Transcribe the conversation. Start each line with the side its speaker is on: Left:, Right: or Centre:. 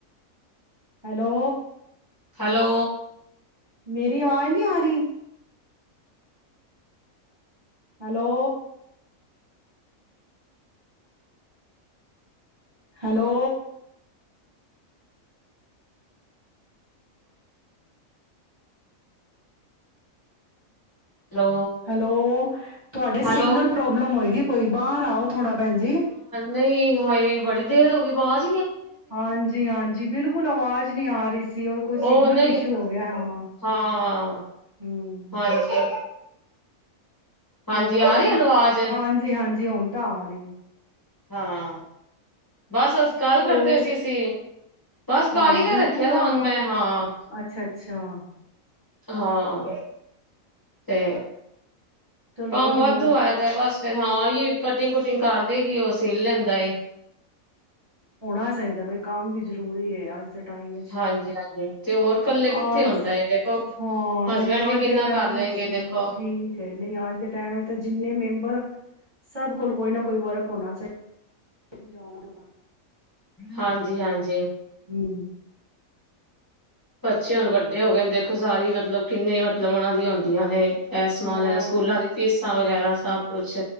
Right: ਹੈਲੋ
Left: ਹੈਲੋ
Right: ਮੇਰੀ ਆਵਾਜ ਨਹੀਂ ਆ ਰਹੀ। ਹੈਲੋ। ਹੈਲੋ।
Left: Hello
Right: hello. ਤੁਹਾਡੇ ਸਿਗਨਲ
Left: ਹੈਲੋ
Right: ਪ੍ਰੋਬਲਮ ਹੋਇਗੀ। ਬਾਹਰ ਆਓ ਥੋੜਾ ਭੈਣ ਜੀ।
Left: ਨਈ ਹਾਏ ਬੜੀ ਦੇਰ ਹੋ ਗਈ ਵਾਜ
Right: ਹਾਂਜੀ, ਹਾਂਜੀ, ਬਿਲਕੁਲ ਆਵਾਜ਼ ਨੀ ਆ ਰੀ ਸੀ। ਸੀ ਹੋਰ ਕੋਈ
Left: ਉਹ
Right: ਸਿਗਨਲ
Left: ਨਹੀਂ
Right: ਇਸ਼ੂ ਹੋ ਗਿਆ ਹਾਂ,
Left: ਹਾਂ
Right: ਹੁੰ।
Left: ਹਾਂਜੀ
Right: ਹੋਰ,
Left: ਹਾਂਜੀ ਆ ਰਹੀ ਉਹਨੂੰ ਆਵਾਜ਼
Right: ਹਾਂਜੀ, ਹਾਂਜ। ਜੀ ਹੁਣ ਤਾਂ ਆ ਰਹੀ ਏ।
Left: ਹਾਂ। ਬਸ ਅਸ ਗੱਲ
Right: ਹੋ
Left: ਕਰਦੇ ਪਏ ਸੀ ਅਸੀ, ਬਸ ਕਾਰੀਗਰ
Right: ਹਾਂ, ਬਿਲਕੁਲ
Left: ਰੱਖਿਆ ਦਾ
Right: ਅ,
Left: ਹਣੂੰ ਮੈਂ ਹਾਂ।
Right: ਅੱਛਾ, ਅੱਛਾ
Left: ਹਾਂ ਤੇ
Right: ਚਲੋ
Left: ਕੰਮ
Right: ਵਧੀਆ
Left: ਵਾਧੂ
Right: ਹੈ,
Left: ਆਇਆ ਦਾ ਬਸ ਫੇਰ ਹਾਂ, ਯੇ ਕਟਿੰਗ ਕੁ ਟਿੰਗ ਕਰ ਦੇ ਵੀ ਉਹ ਸਿਲ ਲੈਂਦਾ ਏ।
Right: ਹੋਣਾ ਚਾਹੀਦਾ ਬਈ ਕੰਮ ਵੀ ਜ਼ਰੂਰੀ ਏ, ਅਜ ਜ ਦੇ ਟਾਇਮ ਵਿੱਚ,
Left: ਹਾਂਜੀ ਹਾਂਜੀ ਤੇ ਹੋਰ ਕੱਲੇ
Right: ਹਾਂ
Left: ਕਿੱਥੇ ਹੁੰਦਾ
Right: ਇਸ,
Left: ਏ ਦੇਖੋ
Right: ਹਾਂ ਨਈ
Left: ਹਸਬੈਂਡ ਵੀ
Right: ਅਜ
Left: ਕਿੰਨਾ
Right: ਦੇ ਟੈਮ
Left: ਕਰ ਲੈਣਗੇ
Right: <unintelligible>
Left: ਦੇਖੋ
Right: ਠੀਕ ਏ, ਨਈ ਅਜ ਦੇ ਟੈਮ ਵਿਚ ਜਿੰਨੇ ਮੈਂਬ ਪਰ ਸਭ ਕੋਲ ਕੋਈ ਨਾ ਕੋਈ ਵਰਕ ਹੋਨਾ ਚਾਹੀ ਗੁਜ਼ਾਰਨ
Left: ਹਾਂਜੀ, ਹਾਂਜੀ। ਜੀ।
Right: ਹੁੰ।
Left: ਬੱਚੇ ਹੁਨ ਵੱਡੇ ਹੋ ਗਏ ਨੇ ਦੇ ਖੋ ਸਾਰੀ ਮਤਲਬ ਕਿੰਨੇ ਮਤਲਬ ਉਹਨਾਂ ਦੀਆਂ ਹੁਨਦੀਆਂ ਨੇ। ਏਹ ਸਮਾਨ
Right: ਹਾਂ,
Left: ਲੇਨਾ ਸਕੂਲਾਂ ਦੀ ਫੀਸਾਂ ਵਗੈਰਾ ਸਭ ਕੁਛ।